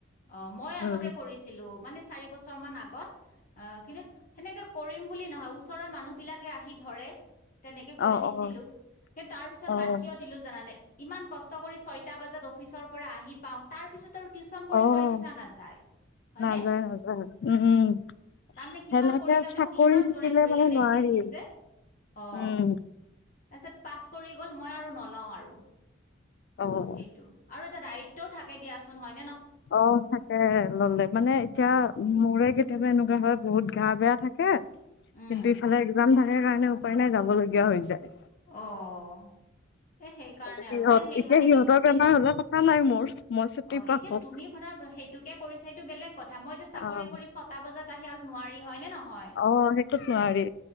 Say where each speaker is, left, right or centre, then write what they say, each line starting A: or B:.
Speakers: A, on the left (about 45°); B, on the left (about 60°).
A: অ মই
B: উম,
A: আগতে কৰিছিলো। মানে চাৰি বছৰ মান আগত অ কিন্তু সেনেকে কৰিম বুলি নহয় ওচৰৰ মানুহ বিলাকে আহি ধৰে তেনেকে কৰি
B: অ'
A: দিছিলো
B: অ'
A: কিন্তু তাৰ পিছত
B: অ'
A: বাদ কিয় দিলো জানানে? ইমান কষ্ট কৰি ছয়টা বজাত অফিচৰ পৰা আহি পাওঁ তাৰ পিছত টিউচন কৰিব
B: অ'
A: ইচ্ছা নাযায়। হয়নে
B: নাযায় নাযায় উম,
A: তাৰমানে কিবা
B: সেনেকে
A: কৰি তাৰে
B: চাকৰি
A: মোক ইমান
B: থাকিলে
A: জৰে ধৰিলে
B: মানে
A: মেট্ৰিক
B: নোৱাৰি।
A: দিছে অ
B: উম,
A: তাৰপিছত পাছ কৰি গ'ল মই আৰু নলওঁ আৰু
B: অ'।
A: সেইটো আৰু এটা দায়িত্বও থাকে দিয়াচোন হয়।
B: অ থাকে ললে মানে এতিয়া
A: অ
B: মোৰে কেতিয়াবা এনেকুৱা হয় বহুত গা বেয়া থাকে।
A: উম
B: কিন্তু ইফালে একজাল সেই কাৰণে উপায় নাই যাব লগগীয়া হৈ যায়।
A: অ এ সেইকাৰণে
B: সহঁত
A: আৰু মানে সেই
B: এতিয়া
A: মানে
B: সিহঁতৰ
A: কি
B: বেমাৰ
A: এ
B: হলে কথা নাই মোৰ মই ছুটি
A: অ
B: পাওঁ।
A: এতিয়া তুমি সধা সেইটোকে কৰিছে। বেলেগ কথা মই যে চাকৰি
B: অ',
A: কৰি ছটা বজাত। সি আৰু নোৱাৰি হয় নে ন? হয়
B: অ', সেইটোত নোৱাৰি